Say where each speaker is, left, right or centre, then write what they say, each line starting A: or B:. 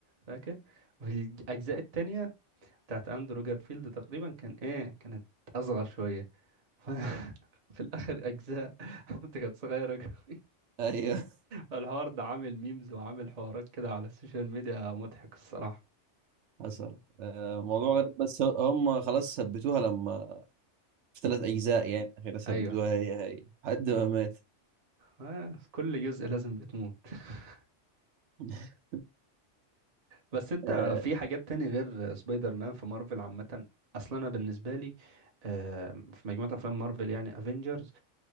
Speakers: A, on the right; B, on the right.
A: فاكر وفي الأجزاء التانية بتاعت أندرو جارفيلد تقريبا كان ايه كانت أصغر شوية <laughs> ف- في الآخر أجزاء عمته كانت صغيرة قوي
B: ايوه
A: الحوار ده عامل ميمز وعامل حوارات كده على السوشيال ميديا مضحك الصراحة
B: حصل آه موضوع غريب بس ه- هم خلاص ثبتوها لما في ثلاث اجزاء يعني اخيرا ثبتوها
A: ايوه
B: هي هي لحد ما مات
A: آه، كل جزء لازم بتموت <laughs>
B: <laughs>
A: بس انت
B: آه
A: في حاجات تاني غير سبايدر مان في مارفل عامة اصلا انا بالنسبة لي آه، في مجموعة افلام مارفل يعني افنجرز